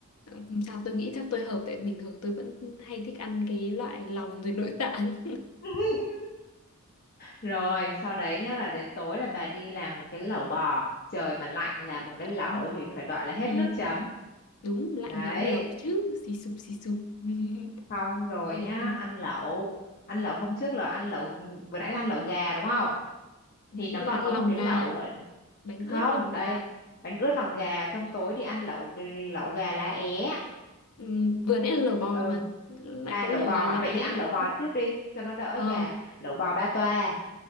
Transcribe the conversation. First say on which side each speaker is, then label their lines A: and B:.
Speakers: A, on the left; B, on the left.
A: không sao tôi nghĩ chắc tôi hợp tại bình thường tôi vẫn hay thích ăn cái loại lòng rồi nội tạng
B: <laughs> rồi sau đấy nhá là đến tối là bà đi làm một cái lẩu bò trời mà lạnh
A: <laughs>
B: làm một
A: lẩu
B: cái lẩu
A: bò
B: thì phải gọi là hết
A: ừ.
B: nước chấm
A: đúng lạnh
B: đấy
A: mới ăn lẩu chứ xì sụp xì sụp <laughs>
B: xong rồi
A: ok
B: nhá ăn lẩu ăn lẩu hôm trước là ăn lẩu vừa nãy là ăn lẩu gà đúng không
A: vừa
B: thì
A: nãy
B: nó còn
A: là ăn
B: có
A: lòng
B: một cái
A: gà
B: lẩu gọi
A: bánh
B: không
A: ướt lòng
B: đây
A: gà
B: bánh ướt lòng gà xong tối đi ăn lẩu lẩu gà lá é
A: Ừm, vừa nãy là lẩu bò
B: ừ
A: mà lại
B: à
A: có
B: lẩu
A: lẩu
B: bò
A: gà
B: hả
A: lá é
B: vậy thì ăn
A: nữa
B: lẩu bò trước đi cho nó đỡ
A: ờ
B: gà lẩu bò ba toa